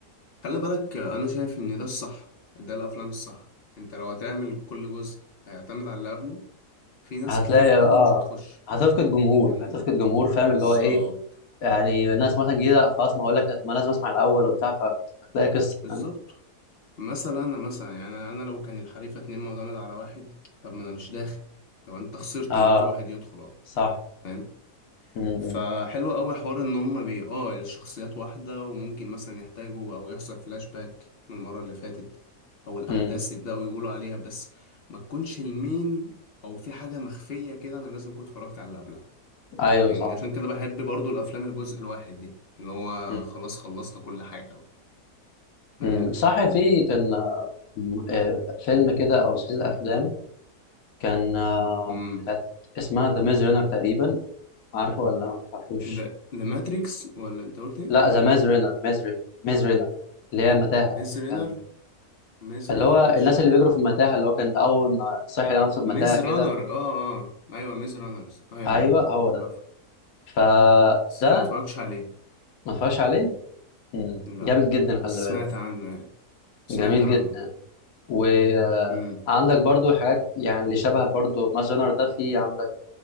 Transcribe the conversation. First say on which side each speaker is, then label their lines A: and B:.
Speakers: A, on the left; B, on the left.
A: خلي بالك انا شايف ان ده الصح ده الافلام الصح انت لو هتعمل كل جزء هيعتمد على اللي قبله في ناس
B: وهتلاقي
A: كتير قوي
B: اه
A: مش هتخش
B: هتفقد جمهور
A: فاهمني
B: هتفقد جمهور فاهم
A: بالظبط
B: اللي هو ايه يعني الناس مثلا جديده خلاص ما اقول لك لا، طب ما لازم اسمع الاول وبتاع فهتلاقي قصه
A: بالظبط
B: فاهم
A: مثلا انا مثلا يعني انا لو كان الحريفه اتنين معتمد على واحد طب ما انا مش داخل طب انت خسرت
B: اه
A: ان في واحد يدخل اهو
B: صح
A: فاهم؟
B: مم.
A: فحلو قوي حوار ان هما بي اه الشخصيات واحدة وممكن مثلا يحتاجوا او يحصل فلاش باك من المرة اللي فاتت او الاحداث
B: مم.
A: يبدأوا يقولوا عليها بس ما تكونش المين او في حاجة مخفية كده انا لازم كنت اتفرجت على اللي قبلها
B: ايوه
A: فاهمني
B: صح
A: عشان كده بحب برضو الافلام الجزء الواحد دي اللي هو
B: مم.
A: خلاص خلصنا كل حاجة بقى فاهمني
B: مم. صح في كان آه، م- آه، فيلم كده او سلسله افلام كان آه،
A: امم
B: بتاعت اسمها ذا ميز رينر تقريبا عارفه ولا ما تعرفوش
A: ده ذا ماتريكس ولا انت قلت ايه
B: لا ذا ميز رينر ميز رينر ميز رينر اللي هي متاهه
A: ميز رينر
B: كان
A: ميز
B: اللي
A: رينر
B: هو
A: مش
B: الناس اللي بيجروا في المتاهه اللي هو كان اول ما صحي لقى نفسه في متاهه
A: ميز
B: كده
A: رانر اه اه ايوه ميز رانرز ايوه
B: ايوه
A: ايوه
B: هو ده
A: عارفه
B: فده
A: بس ما اتفرجتش عليه
B: ما فيهاش عليه مم.
A: لا
B: جامد جدا خلي
A: بس
B: بالك
A: سمعت عنه يعني سمعت
B: جميل
A: عنه
B: جدا وعندك
A: امم
B: برضو حاجات يعني اللي شبه برضو ماز رانر ده في عندك